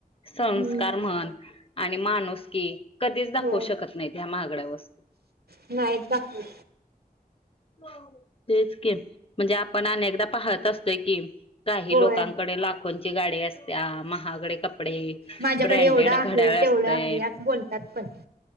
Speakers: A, on the left; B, on the right.
A: संस्कार
B: हम्म
A: म्हण आणि माणूसकी कधीच दाखव
B: होय
A: शकत नाहीत हया महागड्या वस्तू.
B: <inaudible> नाहीत दाखवू
A: <unintelligible> तेच की म्हणजे आपण अनेकदा पाहत असतोय की काही
B: होय
A: लोकांकडे लाखोंची गाडी असतत्या महा गडे कपडे
B: माझ्याकडे
A: ब्रँडेड
B: एवढं आहे
A: घड्याळ
B: तेवढं
A: असतय.
B: आहे असं बोलतात पण